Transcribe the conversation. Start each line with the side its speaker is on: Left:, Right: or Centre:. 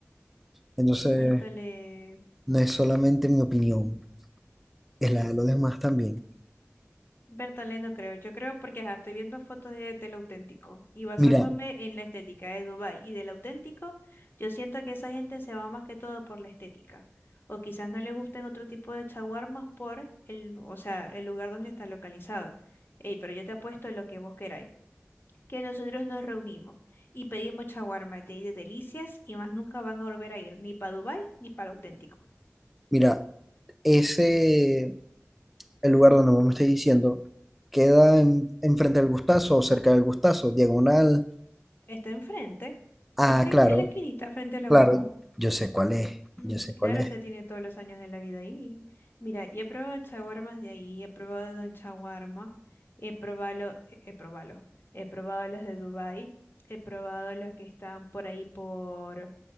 Centre: Entonces...
Left: Bertale.
Centre: No es solamente mi opinión, es la de los demás también.
Left: Bertale no creo. Yo creo porque ajá, estoy viendo fotos de, del auténtico y basándome
Centre: Mira,
Left: en la estética de Dubái y del auténtico, yo siento que esa gente se va más que todo por la estética. O quizás no le gusten otro tipo de chaguarmas por el, o sea, el lugar donde está localizado. Ey, pero yo te apuesto lo que vos queráis. Que nosotros nos reunimos y pedimos chaguarmas de ahí de delicias y más nunca van a volver a ir ni para Dubái ni para el auténtico.
Centre: mira, ese, el lugar donde vos me estáis diciendo, queda en- enfrente del Gustazo o cerca del Gustazo, diagonal.
Left: Está enfrente.
Centre: Ah,
Left: Está en,
Centre: claro,
Left: en la esquinita frente a la
Centre: claro,
Left: bomba.
Centre: yo sé cuál es,
Left: Mm,
Centre: yo sé
Left: Claro,
Centre: cuál es.
Left: se tiene todos los años de la vida ahí. Mira, y he probado chaguarmas de ahí, he probado Don Chaguarma, he probado, he he probado, he probado los de Dubai, he probado los que están por ahí por,